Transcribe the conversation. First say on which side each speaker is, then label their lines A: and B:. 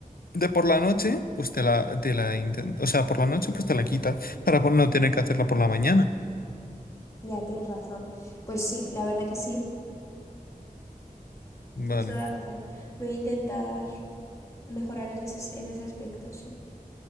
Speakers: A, on the left; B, on the left.
A: de por la noche, pues te la, te la inten- o sea, por la noche pues te la quitas para po- no tener que hacerla por la mañana.
B: ya, tienes razón. Pues sí, la verdad que sí,
A: Vale.
B: tienes toda la razón. Voy a intentar. mejorar en ese, en ese aspecto, sí.